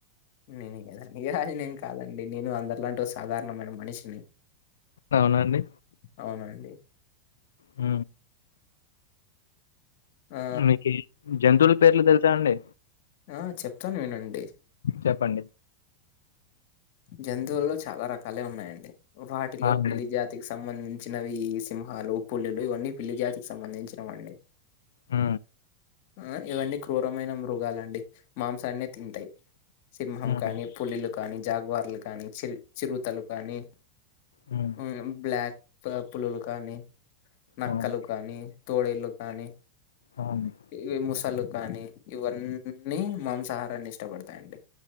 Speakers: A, on the left; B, on the left.
A: నేని కదా <unintelligible> అది నేను కాదండి నేను అందరిలాంటి ఓ సాధారణమైన మనిషిని
B: అవునా అండి
A: అవునండి
B: ఊ
A: ఆ
B: మీకి జంతువుల పేర్లు తెలుసా అండి
A: ఆ చెప్తాను వినండి
B: చెప్పండి
A: జంతువులో చాలా రకాలే ఉన్నాయండి వాటిలో
B: ఆ! అండి.
A: పిల్లి జా తికి సంబంధించినవి సింహాలు పులులు ఇవన్నీ పిల్లి జాతికి సంబంధించినవండి
B: హ
A: ఆ ఇవన్నీ క్రూరమైన మృగాలండి మాంసాన్నే తింటాయి సింహం
B: హ్మ్.
A: కానీ పులిలు కానీ జాగ్వార్లు కానీ చిల్ చిరుతలు కానీ
B: హ్మ్.
A: ఊ బ్లాక్ పులులు కానీ నక్కలు
B: అవును.
A: కానీ తోడేళ్లు కానీ
B: అ అండి
A: ఇవి ముసళ్ళు కానీ ఇవన్నీ మాంసాహారాన్ని ఇష్టపడతాయండి